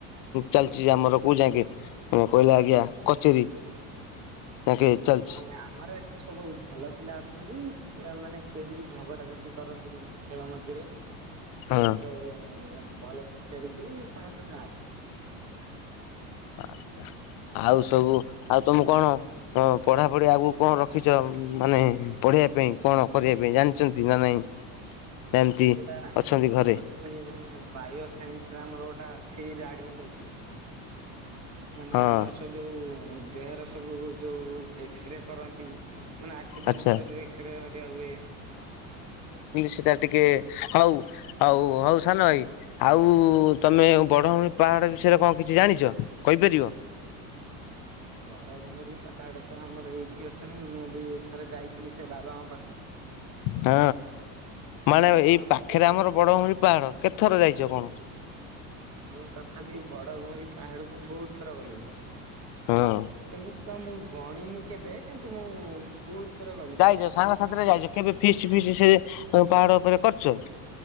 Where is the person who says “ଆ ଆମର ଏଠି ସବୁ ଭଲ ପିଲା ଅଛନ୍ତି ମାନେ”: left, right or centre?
Right